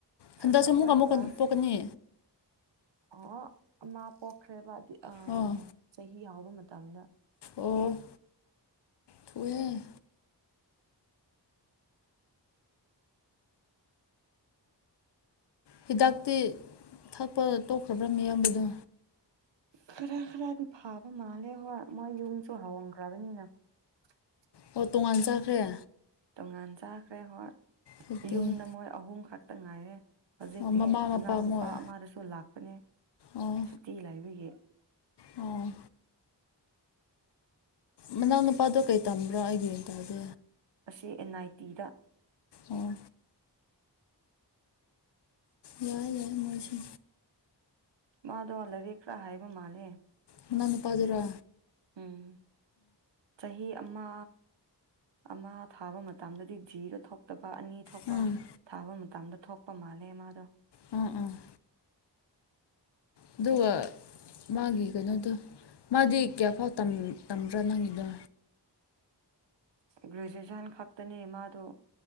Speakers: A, on the left (about 70°); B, on the right (about 80°).
A: ꯍꯟꯗꯛꯁꯨ
B: ꯑꯁ ꯑꯩꯈꯣꯏ
A: ꯑꯃꯨꯛꯀ ꯑꯃꯨꯛꯀ
B: ꯀ꯭ꯂꯥꯁ
A: ꯄꯣꯛꯀꯅꯤ
B: ꯑꯣ ꯃꯥ ꯄꯣꯛꯈ꯭ꯔꯦꯕ ꯑ
A: ꯑꯣ
B: ꯆꯍꯤ ꯌꯥꯥꯎꯕ ꯃꯇꯝꯗ
A: ꯑꯣ ꯊꯨꯏꯌꯦ ꯍꯤꯗꯥꯛꯇꯤ ꯊꯛꯄ ꯇꯣꯛꯈ꯭ꯔꯕ꯭ꯔꯥ ꯃꯤꯌꯥꯝꯕꯗ
B: ꯈꯔ ꯈꯔꯗꯤ ꯐꯥꯕ ꯃꯥꯜꯂꯦ ꯍꯣꯏ ꯃꯣꯏ ꯌꯨꯝꯁꯨ ꯍꯣꯡꯈ꯭ꯔꯕꯅꯤꯅ <unintelligible>
A: ꯑꯣ ꯇꯣꯉꯥꯟ ꯆꯥꯈ꯭ꯔꯦ
B: ꯇꯣꯉꯥꯟ ꯆꯥꯈ꯭ꯔꯦ ꯍꯠ
A: ꯑꯗꯨꯗꯤ
B: ꯌꯨꯝꯗ ꯃꯣꯏ ꯑꯍꯨꯝ ꯈꯛꯇ ꯉꯥꯏꯔꯦ ꯍꯧꯖꯤꯛꯇꯤ
A: ꯑꯣ ꯃꯃꯥ ꯃꯄꯥ
B: ꯃꯅꯥꯎꯅꯨꯄꯥ
A: ꯃꯣꯏ
B: ꯑꯃꯗꯁꯨ ꯂꯥꯛꯄꯅꯦ
A: ꯑꯣ
B: ꯁꯨꯇꯤ ꯂꯥꯏꯕꯤꯒꯤ
A: ꯑꯣ ꯃꯅꯥꯎ ꯅꯨꯄꯥꯗꯣ ꯀꯩ ꯇꯝꯕ꯭ꯔꯣ ꯑꯩꯒꯤ ꯑꯣꯏꯅ ꯇꯥꯗꯦ
B: ꯑꯁꯤ ꯑꯦꯟ ꯑꯥꯏ ꯇꯤꯗ
A: ꯑꯣ ꯌꯥꯏ ꯌꯥꯏ ꯃꯣꯏꯖꯦ
B: ꯃꯥꯗꯣ ꯂꯔꯤꯛ ꯈꯔꯥ ꯍꯥꯏꯕ ꯃꯥꯜꯂꯦ
A: ꯃꯅꯥꯎ ꯅꯨꯄꯥꯗꯨꯔꯥ
B: ꯎꯝ ꯆꯍꯤ ꯑꯃ ꯑꯃ ꯊꯥꯕ ꯃꯇꯝꯗꯗꯤ ꯖꯤꯗ ꯊꯣꯛꯇꯕ ꯑꯅꯤ ꯊꯣꯛꯄ
A: ꯎꯝ
B: ꯊꯥꯕ ꯃꯇꯝ ꯃꯇꯝꯗ ꯊꯣꯛꯄ ꯃꯥꯜꯂꯦ ꯃꯥꯗꯣ
A: ꯎꯝ ꯎꯝ ꯑꯗꯨꯒꯋꯥ ꯃꯥꯒꯤ ꯀꯩꯅꯣꯗꯣ ꯃꯥꯗꯤ ꯀꯌꯥꯐꯥꯎ ꯇꯝꯕ꯭ꯔꯥ ꯅꯪꯒꯤꯗꯣ
B: ꯒ꯭ꯔꯦꯖꯨꯑꯦꯁꯟ ꯈꯛꯇꯅꯦ ꯃꯥꯗꯣ